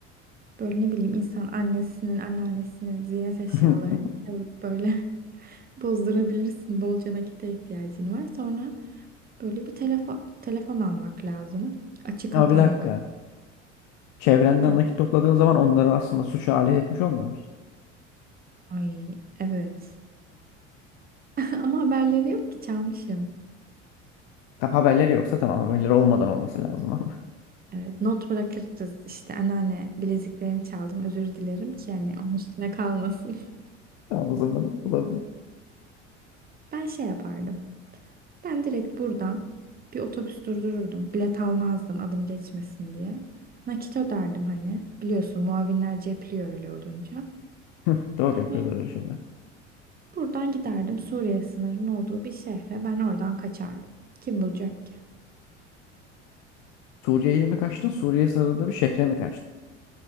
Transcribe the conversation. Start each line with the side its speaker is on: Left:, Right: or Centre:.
Right: Böyle ne bileyim insan annesinin, anneannesinin ziynet eşyalarını
Left: <laughs>
Right: çalıp böyle <laughs> bozdurabilirsin. Bolca nakite ihtiyacın var. Sonra böyle bir telefon telefon almak lazım. Açık
Left: Ama
Right: hat
Left: bir
Right: almak.
Left: dakika. Çevrenden
Right: Ne?
Left: nakit topladığın zaman onları aslında suça alet etmiş olmuyor musun?
Right: Ay evet. <laughs> Ama haberleri yok ki çalmışım.
Left: Tam haberleri yoksa tamam haberleri olmadan olması lazım ama.
Right: Evet, not bırakırız işte anneanne bileziklerini çaldım özür dilerim ki hani onun üstüne kalmasın. <laughs>
Left: <laughs> Tamam o zaman olabilir.
Right: Ben şey yapardım. Ben direkt buradan bir otobüs durdururdum. Bilet almazdım adım geçmesin diye. Nakit öderdim hani. Biliyorsun muavinler cepliyor öyle olunca.
Left: <laughs> Doğru yapıyorlar
Right: Ee,
Left: öyle şeyler.
Right: buradan giderdim Suriye sınırının olduğu bir şehre. Ben oradan kaçardım. Kim bulacak ki?
Left: Suriye'ye mi kaçtın? Suriye sınırında bir şehre mi kaçtın?